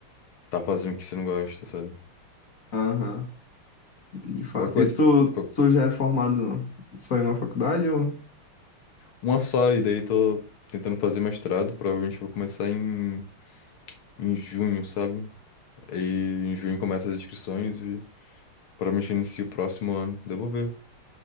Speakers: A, on the left; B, on the left.
A: tá fazendo o que você não gosta, sabe?
B: Aham, de fato.
A: Qualquer coisa,
B: E tu,
A: qual-
B: tu já é formado só em uma faculdade? Ou...
A: uma só, e daí tô tentando fazer mestrado. Provavelmente vou começar em em junho, sabe? Aí em junho começa as inscrições e provavelmente eu inicio o próximo ano. Devo ver